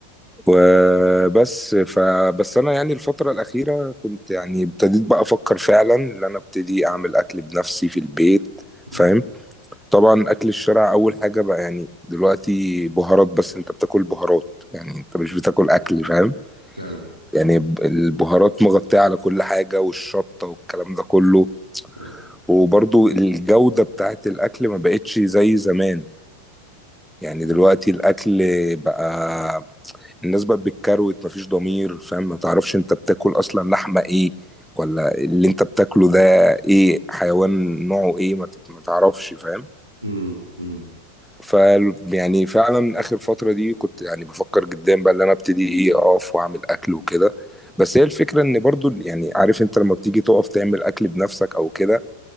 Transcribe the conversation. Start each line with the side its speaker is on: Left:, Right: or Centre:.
Centre: وبس فبس انا يعني الفترة الأخيرة كنت يعني ابتديت بقى أفكر فعلا إن أنا ابتدي أعمل أكل بنفسي في البيت
Right: مم.
Centre: فاهم طبعا اكل الشارع اول حاجه بقى يعني دلوقتي بهارات بس انت بتاكل بهارات يعني انت مش بتاكل اكل فاهم
Right: فعلا
Centre: يعني ب- البهارات مغطيه على كل حاجه والشطه والكلام ده كله
Right: فعلا
Centre: وبرضو الجوده بتاعت الاكل ما بقتش زي زمان يعني
Right: مم.
Centre: دلوقتي الاكل بقى الناس بقت بالكروت مفيش ضمير فاهم ما تعرفش انت بتاكل اصلا لحمه ايه ولا اللي انت بتاكله ده ايه حيوان نوعه ايه ما تت- ما تعرفش فاهم
Right: مم. مم.
Centre: ف يعني فعلًا آخر فترة دي كنت يعني بافكّر جديًا بقى إن أنا أبتدي إيه، أقف وأعمل أكل وكده، بس هي الفكرة إن برضه ال يعني عارف أنت لمّا بتيجي تُقف تعمل أكل بنَفْسك أو كده،